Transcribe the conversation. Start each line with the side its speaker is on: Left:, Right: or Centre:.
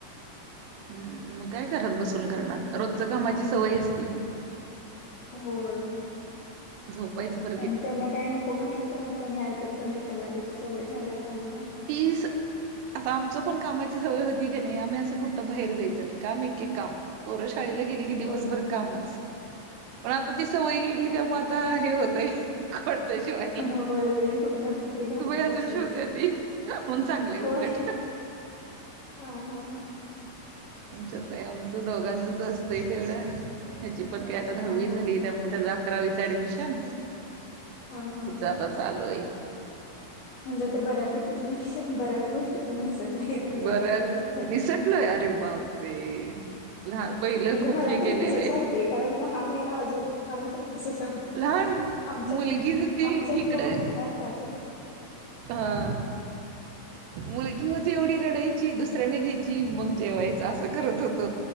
Right: हम्म मग काय करत बसून करणार रोजचं कामाची सवय असती.
Left: होय.
Right: झोपायचं त
Left: आणि त्यांना काही नको म्हंटलं तर त्यांनी ऐकत पण नाही त्यांना त्याची सवय झाल्या त्यामुळ.
Right: तीस. आता आमचं पण कामाची सवय होती की नाही आम्ही असं कुठं बाहेर जायचं नाही काम एकके काम. पोर शाळेला गे गेली की दिवसभर
Left: होय
Right: कामच, पण आता ती सवय गेली त्यामुळे आता हे होतंय. परदेश <unintelligible>
Left: होय वेळ कुठ ना कुठ तरी घालवत
Right: अजून
Left: बसतोय
Right: शिवत्या
Left: आपण.
Right: ती. मग चांगलंय
Left: होय,
Right: उलट.
Left: हा हा हा.
Right: आमचं काय आमचं दोघांचंच असतंय तेवढा, ह्याची पण काय आता दहावी
Left: हा
Right: झाली
Left: हा
Right: त्यामुळे त्याज अकरावीच ऍडमिशन,
Left: हा हा हा
Right: जाताच चालूये.
Left: म्हणजे आता बऱ्यापैकी तुम्ही बऱ्याच गोष् टी तून निसटलय
Right: बरंच
Left: जबाबदारीतून थोड्या.
Right: निसटलोय अरे बापरे. लहा पहिलं
Left: म्हणजे
Right: खूप
Left: मला
Right: हे केलेलं
Left: तरी तसच
Right: आहे.
Left: वाटतय कारण लहान आहे ना अजून मला तरी तसच वाट
Right: लहान
Left: आमच्यात,
Right: मुलगी होती
Left: आमच्यात
Right: इकडे
Left: लहान आहे ना त्याच्यामूळ
Right: हा. मुलगी होती एवढी रडायची दुसऱ्याने घ्यायची मग जेवायच असं करत होत.